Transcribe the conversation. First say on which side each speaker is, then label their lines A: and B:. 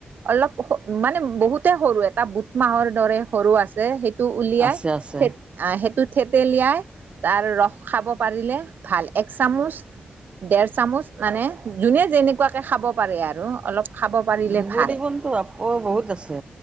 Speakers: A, on the right (about 75°); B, on the right (about 35°).
A: অলপ মানে বহুতে সৰু এটা বুট মাহৰ দৰে সৰু আছে সেই টো উলিয়াই
B: আছে
A: ।অ'
B: আছে
A: সেইটোত- থেতেলিয়াই তাৰ ৰস খাব পাৰিলে ভাল এক চামুচ। দেৰ চামুচ মানে যোনে যেনেকুৱাকে খাব পাৰে আৰু অলপ খাব পাৰিলে
B: দুবৰি
A: ভাল
B: বনটো আকৌ বহুত আছে